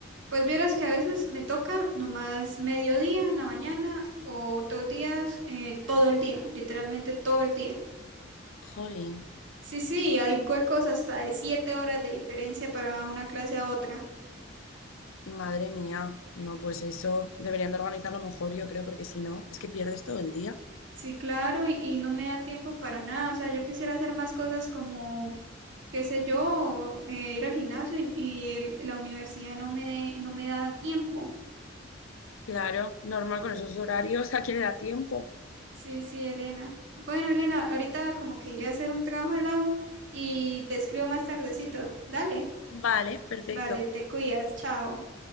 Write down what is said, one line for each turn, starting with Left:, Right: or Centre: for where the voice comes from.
Right: Pues vieras que a veces me toca nomás mediodía en la mañana o otros días eh, todo el día, literalmente todo el día.
Left: Jolín,
Right: Sí, sí, hay huecos hasta de siete horas de diferencia para una clase a otra.
Left: madre mía. No, pues eso deberían de organizarlo mejor, yo creo, porque si no, es que pierdes todo el día.
Right: Sí, claro, y, y no me da tiempo para nada. O sea, yo quisiera hacer más cosas como, qué sé yo, eh, ir al gimnasio y, y el- la universidad no me, de- no me da tiempo.
Left: Claro, normal con esos horarios, ¿a quién le da tiempo?
Right: Sí, sí, Elena. Bueno, Elena, ahorita como que iré a hacer un trabajo de la U y te escribo más tardecito. Dale.
Left: Vale, perfecto.
Right: Vale, te cuidas. Chao.